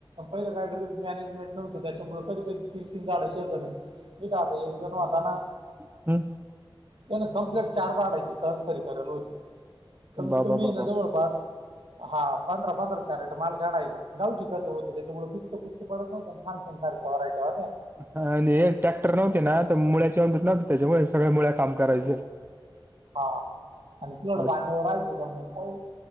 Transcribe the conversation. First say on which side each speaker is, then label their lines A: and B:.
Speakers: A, on the right (about 75°); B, on the right (about 20°).
A: पहिलं कायतर मॅनेजेंट नव्हतं त्याच्यामुळे कधी कधी ती तीन झाडं शेर झा नाही कता एक जण होता ना
B: हम्म.
A: त्या कम्प्लीट चारज आडाचीसरी करेल होती कमीत
B: बाबा
A: कमी
B: बाबा
A: जवळपास हा पंधरा पंधरा कॅरेट माल काडायं गावची खतं होती त्याच्यामुळचक पुचक पडतवत छान संसारख वराय ठेवा्या
B: आणि ट्रॅक्टर नव्हते ना तर मुळचे अंधत नव्हते त्याच्यामुळे सगळ्या मुळ काम करायचं.
A: ह हा आणि पिड
B: असं
A: पाणीवर राहायचं ग म